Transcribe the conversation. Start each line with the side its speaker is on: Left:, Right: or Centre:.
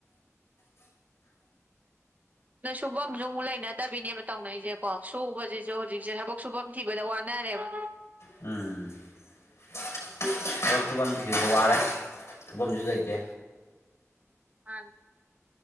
Right: ꯅꯣꯏ ꯁꯨꯕꯝꯖꯨ ꯑꯃꯨꯛ ꯂꯩꯅꯗꯕꯤꯅꯦꯕ ꯇꯧꯅꯩꯖꯦꯀꯣ ꯁꯨꯕꯖꯤꯖꯨ ꯍꯧꯖꯤꯛꯁꯦ ꯊꯕꯛ ꯁꯨꯕ ꯊꯤꯕꯗ ꯋꯥꯅꯔꯦꯕ
Left: ꯎꯝ ꯊꯕꯛ ꯁꯨꯕꯝ ꯊꯤꯕꯗ ꯋꯥꯔꯦ ꯁꯨꯕꯝꯖꯨ ꯂꯩꯇꯦ
Right: ꯃꯥꯅꯤ